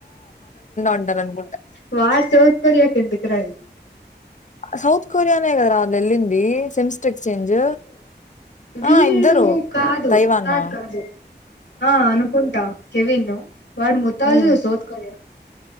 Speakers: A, on the left; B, on the left.
A: ఉంటారు అనుకుంటా
B: వ సాౌత్ కొరియా ఎందుకు రా
A: సౌత్ కొరియానేే అగదరా అ ఎలింది సెమ్స్ట ఎక్స్చేంజ్
B: వీళ
A: ఆ ఇద్దరు
B: కాదు
A: తైవాన్నా
B: కాదు కాదు ఆ అనుకుంటా కేవిన్ ను వాళ్ళ ముతాజు
A: ఉమ్
B: శోధ క